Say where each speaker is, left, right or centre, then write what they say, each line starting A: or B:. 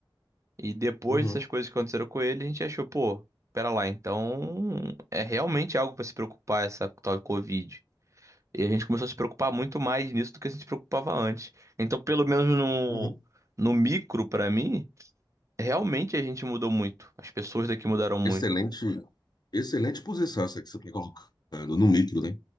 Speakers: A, on the right (about 35°); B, on the left (about 50°).
A: E depois
B: Uhum,
A: dessas coisas que aconteceram com ele, a gente achou, pô, pera lá, então é realmente algo pra se preocupar essa tal de Covid. E a gente começou a se preocupar muito mais nisso do que a gente se preocupava antes. Então, pelo menos no,
B: uhum.
A: no micro, pra mim, realmente a gente mudou muito. As pessoas daqui mudaram muito.
B: Excelente, excelente posição essa que você está colocando no micro, né?